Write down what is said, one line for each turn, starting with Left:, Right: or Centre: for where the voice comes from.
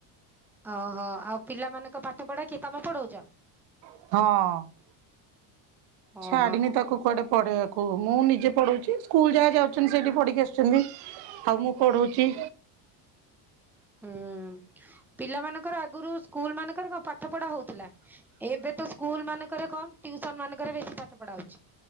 Centre: ଓହୋ ଆଉ ପିଲାମାନଙ୍କ ପାଠ ପଢା କିଏ ତମେ ପଢୋଉଚ?
Right: ହଁ।
Centre: ଓହୋ
Right: ଛାଡିନି ତାକୁ କୁଆଡେ ପଢେଇବାକୁ ମୁଁ ନିଜେ ପଢୋଉଚି ସ୍କୁଲ ଯାହା ଯାଉଚନ୍ତି ସେଇଠି ପଢିକି ଆସୁଚନ୍ତି। ଆଉ ମୁଁ ପଢୋଉଚି।
Centre: ହୁଁ ପିଲାମାନଙ୍କର ଆଗରୁ ସ୍କୁଲ ମାନଙ୍କର କଣ ପାଠ ପଢା ହୋଉଥିଲା ଏବେ ତ ସ୍କୁଲ ମାନଙ୍କରେ କମ୍ ଟିଉସନ ମାନଙ୍କରେ ବେଶୀ ପାଠ ପଢା ହୋଉଚି।